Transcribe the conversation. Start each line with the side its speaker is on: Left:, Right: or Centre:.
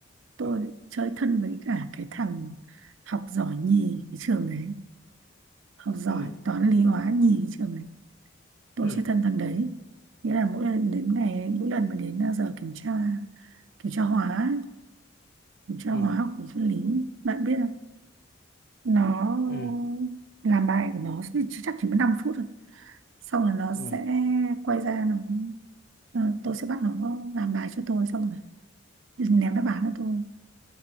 Right: tôi chơi thân với cả cái thằng học giỏi nhì cái trường đấy học giỏi
Left: ừ
Right: toán lý hóa nhì cái trường đấy tôi
Left: ừ
Right: sẽ thân thằng đấy nghĩa là mỗi lần đến ngày mỗi lần mà đến à, giờ kiểm tra kiểm tra hóa ấy, kiểm tra
Left: ừ
Right: hóa học về sinh lý bạn biết không nó
Left: ừ ừ
Right: làm bài của nó thì chỉ- chắc chỉ mất 5 phút thôi xong rồi nó
Left: ừ
Right: sẽ quay ra nó ờ, tôi sẽ bắt nó làm bài cho tôi xong rồi ném đáp án cho tôi